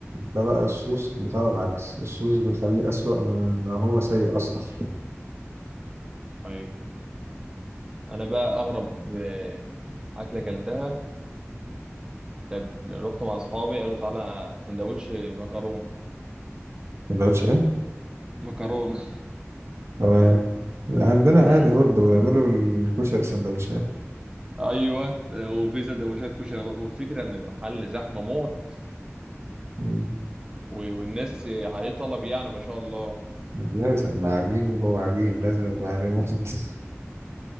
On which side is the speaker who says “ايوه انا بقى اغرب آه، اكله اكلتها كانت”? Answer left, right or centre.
Right